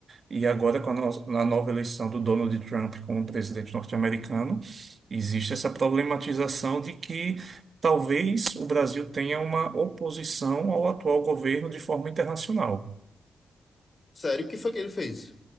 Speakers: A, on the right (about 55°); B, on the left (about 40°).
A: e agora com a, no- na nova eleição do Donald Trump como presidente norte-americano, existe essa problematização de que talvez o Brasil tenha uma oposição ao atual governo de forma internacional.
B: Sério, o que foi que ele fez?